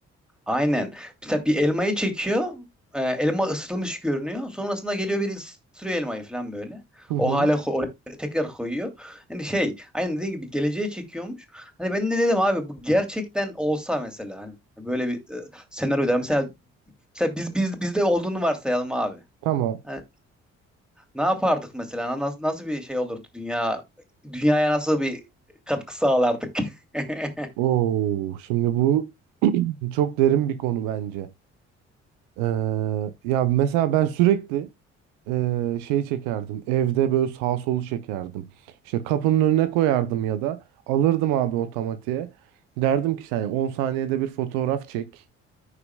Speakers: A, in the centre; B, on the right (about 80°).
A: Aynen. Mesela bir elmayı çekiyor. e, elma ısıtılmış görünüyor. Sonrasında geliyor biri ısırıyor elmayı falan böyle.
B: Hı hı.
A: O hale ko- oraya tekrar koyuyor. Hani şey, aynen dediğin gibi geleceğe çekiyormuş. Hani ben de dedim abi bu gerçekten olsa mesela hani böyle bir e, senaryo der. Mesela, mesela biz biz bizde olduğunu varsayalım abi.
B: Tamam.
A: Hani ne yapardık mesela? Nasıl, nasıl bir şey olurdu dünya dünyaya nasıl bir katkı sağlardık? <laughs>
B: Oo, şimdi bu çok derin bir konu bence. Ee, ya mesela ben sürekli e, şey çekerdim. Evde böyle sağ solu çekerdim. İşte kapının önüne koyardım ya da alırdım abi otomatiğe. Derdim ki yani 10 saniyede bir fotoğraf çek.